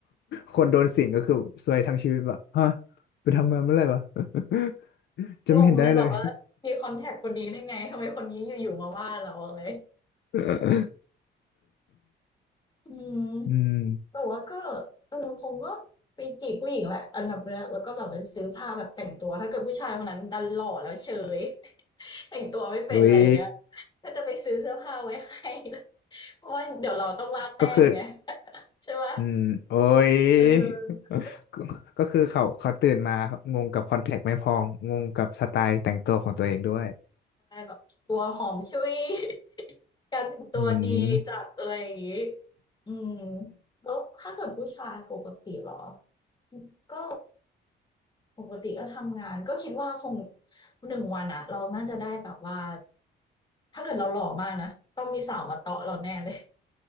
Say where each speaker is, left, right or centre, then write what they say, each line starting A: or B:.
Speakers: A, on the left; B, on the left.
A: คนโดนสิงก็คือซวยทั้งชีวิตแบบฮะไปทำมาเมื่อไหร่วะ <laughs> จะไม่เห็นได้เลย
B: งงเลยแบบว่ามีคอนแทคคนนี้ได้ไงทำไมคนนี้อยู่ๆมาว่าเราอะไร
A: <laughs>
B: อืม
A: อืม
B: แต่ว่าก็เออคงก็ไปจีบผู้หญิงแหละอันดับแรกแล้วก็แบบไปซื้อผ้าแบบแต่งตัวถ้าเกิดผู้ชายคนนั้นดันหล่อแล้วเฉย <laughs> แต่งตัวไม่เป็นอะไรอย่างเงี้ย
A: อุ้ย
B: ก็จะไปซื้อเสื้อผ้าไว้ให้ เพราะว่าเดี๋ยวเราต้องล่าแต้มไง
A: ก็คือ
B: <laughs> ใช่ไหม
A: อืมโอ้ย
B: เออ
A: <laughs> ก็ก็คือเขาเขาตื่นมาครับงงกับคอนแทคไม่พองงงกับสไตล์แต่งตัวของตัวเองด้วย
B: ใช่แบบตัวหอมชุย <laughs> การแต่งตัวดีจัดอะไรอย่างนี้
A: อืม
B: อืมแล้วถ้าเกิดผู้ชายปกติเหรอก็ปกติก็ทำงานก็คิดว่าคงหนึ่งวันอะเราน่าจะได้แบบว่าถ้าเกิดเราหล่อมากนะต้องมีสาวมาเตาะเราแน่เลย